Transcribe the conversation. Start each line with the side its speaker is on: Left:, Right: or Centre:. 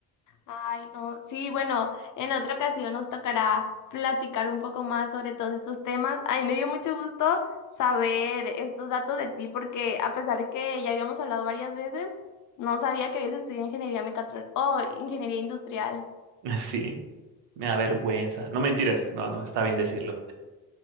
Left: Ay, no. Sí, bueno, en otra ocasión nos tocará platicar un poco más sobre todos estos temas. A mí me dio mucho gusto saber estos datos de ti porque a pesar de que ya habíamos hablado varias veces, no sabía que habías estudiado ingeniería mecatrónica o ingeniería industrial.
Right: Sí, me da vergüenza. No mentiras. No, no, está bien decirlo.